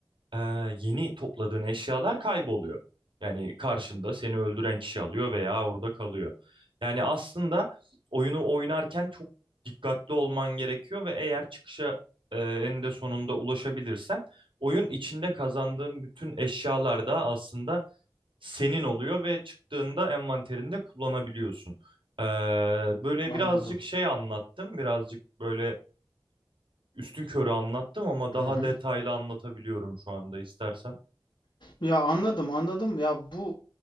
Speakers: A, on the right; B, on the left.
A: e, yeni topladığın eşyalar kayboluyor. Yani karşında seni öldüren kişi alıyor veya orada kalıyor. Yani aslında oyunu oynarken çok dikkatli olman gerekiyor ve eğer çıkışa e, eninde sonunda ulaşabilirsen oyun içinde kazandığın bütün eşyalar da aslında senin oluyor ve çıktığında envanterinde kullanabiliyorsun. Ee, böyle
B: Anladım.
A: birazcık şey anlattım, birazcık böyle üstün körü anlattım ama daha
B: Hı hı.
A: detaylı anlatabiliyorum şu anda istersen.
B: Ya anladım, anladım. Ya bu